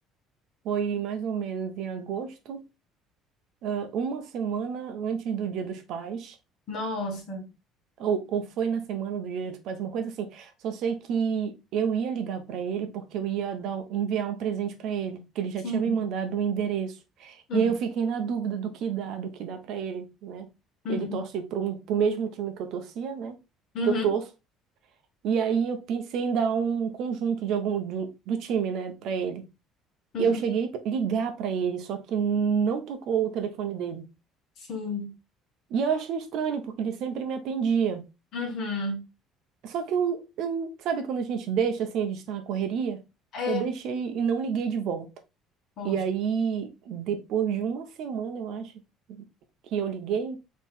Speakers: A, on the right; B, on the left.
A: foi mais ou menos em agosto, ah, uma semana antes do Dia dos Pais,
B: Nossa,
A: ou, ou foi na semana do Dia dos Pais, uma coisa assim. Só sei que eu ia ligar para ele porque eu ia dar, um- enviar um presente para ele, que ele já
B: sim.
A: tinha me mandado o endereço.
B: Uhum,
A: E aí eu fiquei na dúvida do que dá, do que dá para ele, né?
B: uhum,
A: Ele torce para o mesmo time que eu torcia, né?
B: uhum,
A: Que eu torço. E aí eu pensei em dar um conjunto de algum do, do time, né, para ele.
B: uhum,
A: E eu cheguei a ligar para ele, só que não tocou o telefone dele.
B: sim.
A: E eu achei estranho, porque ele sempre me atendia.
B: Uhum.
A: Só que eu, eu, sabe quando a gente deixa assim, a gente tá na correria?
B: É,
A: Eu deixei e não liguei de volta.
B: poxa.
A: E aí, depois de uma semana, eu acho, que eu liguei,